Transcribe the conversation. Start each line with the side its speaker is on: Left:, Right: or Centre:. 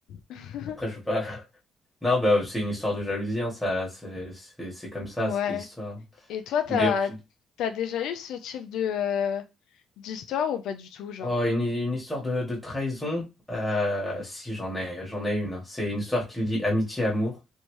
Left: <laughs>
Centre: Après, je veux pas. <laughs> Non, bah, c'est une histoire de jalousie, hein, ça, c'est c'est- c'est comme ça,
Left: Ouais.
Centre: c'est des histoires.
Left: Et toi, t'as,
Centre: Mais au fin-
Left: t'as déjà eu ce type de, euh, d'histoire ou pas du tout, genre?
Centre: oh, une, une histoire de, de trahison, euh, si, j'en ai, j'en ai une. hein. C'est une histoire qui lie amitié, amour.